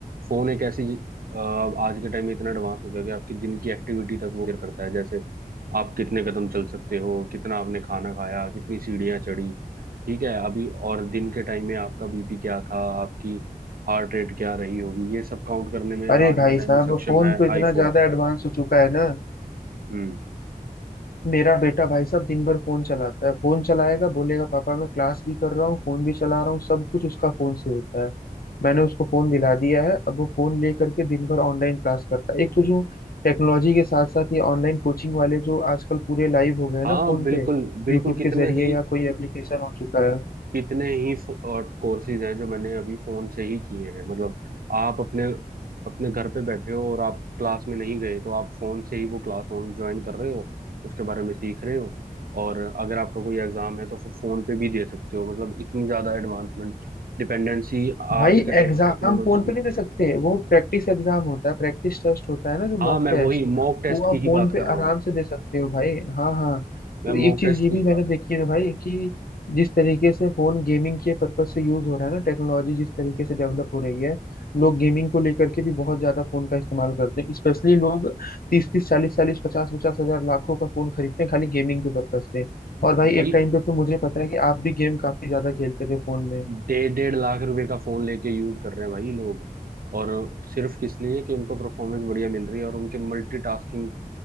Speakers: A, on the right; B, on the left.
A: फोन एक ऐसी अ, आज के टाइम में इतना एडवांस हो गया कि आपकी दिन की एक्टिविटी तक वो मेजर करता है जैसे आप कितने कदम चल सकते हो कितना आपने खाना खाया कितनी सीढ़ियाँ चढ़ी ठीक है अभी और दिन के टाइम में आपका बीपी क्या था आपकी हार्ट रेट क्या रही होगी ये सब काउंट करने में
B: अरे
A: आज
B: भाई
A: के टाइम
B: साहब
A: में सक्षम
B: फोन
A: है
B: तो इतना
A: आईफोन
B: ज्यादा एडवांस हो चुका है ना
A: हम्म
B: मेरा बेटा भाई साहब दिन भर फोन चलाता है फोन चलाएगा बोलेगा पापा मैं क्लास भी कर रहा हूँ फोन भी चला रहा हूँ सब कुछ उसका फोन से होता है मैंने उसको फोन दिला दिया है अब वो फोन ले करके दिन भर ऑनलाइन क्लास करता है एक तो जो टेक्नोलॉजी के साथ साथ ये ऑनलाइन कोचिंग वाले जो आजकल पूरे लाइव हो गए हैं
A: हाँ
B: ना फोन
A: बिल्कुल
B: पे
A: बिल्कुल
B: यूट्यूब
A: कितने
B: के जरिए
A: ही
B: या कोई एप्लीकेशन हो चुका है
A: कितने ही फ- और कोर्सेज हैं जो मैंने अभी फोन से ही किए हैं मतलब आप अपने अपने घर पे बैठे हो और आप क्लास में नहीं गए तो आप फोन से ही वो क्लास ऑन ज्वाइन कर रहे हो उसके बारे में सीख रहे हो और अगर आपका कोई एग्जाम है तो फिर फोन पे भी दे सकते हो मतलब इतनी ज्यादा एडवांसमेंट डिपेंडेंसी आज
B: भाई
A: के टाइम
B: एग्जाम
A: में टेक्नोलॉजी
B: फोन पे
A: की
B: नहीं दे सकते वो प्रैक्टिस एग्जाम होता है प्रैक्टिस टेस्ट होता है ना जो
A: हाँ
B: मॉक
A: मैं
B: टेस्ट
A: वही मॉक टेस्ट
B: वो
A: की
B: आप
A: ही
B: फोन
A: बात
B: पे
A: कर रहा
B: आराम
A: हूँ
B: से दे सकते हो भाई हाँ हाँ
A: मैं
B: तो
A: मॉक
B: एक चीज
A: टेस्ट
B: ये
A: की
B: भी
A: ही बात
B: मैंने देखी है ना भाई कि जिस तरीके से फोन गेमिंग के पर्पज से यूज हो रहा है ना टेक्नोलॉजी जिस तरीके से डेवलप हो रही है लोग गेमिंग को लेकर के भी बहुत ज्यादा फोन का इस्तेमाल करते हैं स्पेशली लोग तीस तीस चालीस चालीस पचास पचास हजार लाखों का फोन खरीदते हैं खाली गेमिंग के पर्पज से और भाई
A: भाई
B: एक टाइम पे तो मुझे पता है कि आप भी गेम काफी ज्यादा खेलते थे फोन
A: डेढ़ डेढ़ लाख रुपए का फोन लेके यूज कर रहे हैं भाई लोग और सिर्फ किस लिए कि उनको परफॉर्मेंस बढ़िया मिल रही है और उनके मल्टीटास्किंग